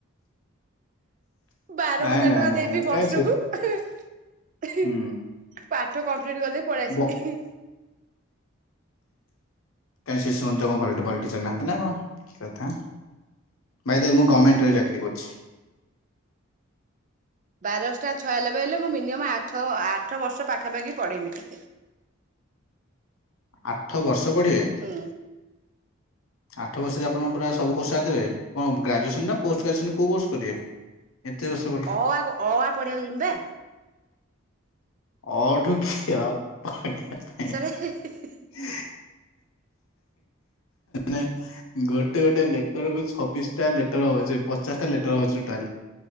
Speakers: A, on the right (about 40°); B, on the left (about 90°).
A: ବାର
B: ନାଇଁ
A: ହଜାର
B: ନାଇଁ
A: ଟଙ୍କା
B: ନାଇଁ
A: ଦେବି ବର୍ଷକୁ।
B: କାଇଁ ସେ
A: ଆହାଁ ଏହିଁ
B: ହୁଁ
A: ପାଠ କମ୍ପ୍ଲିଟ୍ କରିଦେଇ ପଳେଇ ଆସିଲି
B: ବ
A: ଇହିଁ।
B: କାଇଁ ଶିଶୁ ମନ୍ଦିର କଁ ଭଲଟ୍ ଭଲ୍ ଟିଚର୍ ନାହାନ୍ତି ନା କଁ କି କଥା। ଭାଇ ଦେଖ ମୁଁ ଗମେଣ୍ଟରେ ଚାକିରି କରିଛି।
A: ବାର ଅଷ୍ଟା ଛୟାଲବେ ହେଲେ ମୁଁ ମିନିମମ ଆଠ ଆଠ ବର୍ଷ ପାଖାପାଖି ପଢେଇମି।
B: ଆଠ ବର୍ଷ ପଢେଇବେ।
A: ହୁଁ।
B: ଆଠ ବର୍ଷେରେ ଆପଣ ପୁରା ସବୁ କୋର୍ସ୍ ସାରିଦେବେ କଁ ଗ୍ରାଜୁଏସନ୍ ନା ପୋଷ୍ଟ ଗ୍ରାଜୁଏସନ୍ କୋଉ କୋର୍ସ କରିବେ। ଏତେ ବର୍ଷ ପ
A: ଅ ଆ ଅ ଆ ପଢିଆକୁ ଯିମି ବା।
B: ଅ ଠୁ କ୍ଷ <unintelligible>
A: <unintelligible>
B: <unintelligible> ନେ ଗୋଟେ ଗୋଟେ ଲେଟର ବି ଛବିଶଟା ଲେଟର ହଉଚି ପଚାଶଟା ଲେଟର ହଉଚି ଟୋଟାଲି।